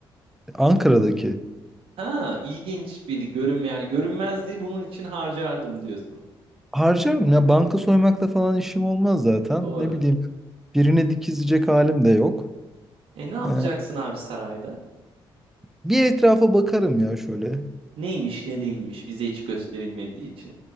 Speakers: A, in the centre; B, on the right.
A: Ankara'daki.
B: Ha ilginç bir görünme yani görünmezliği bunun için harcardım diyorsun.
A: Harcarım ya banka soymakla falan işim olmaz zaten.
B: Doğru.
A: Ne bileyim birine dikizleyecek halim de yok.
B: E ne yapacaksın
A: Ee,
B: abi sarayda?
A: bir etrafa bakarım ya şöyle.
B: Neymiş ne değilmiş bize hiç gösterilmediği için.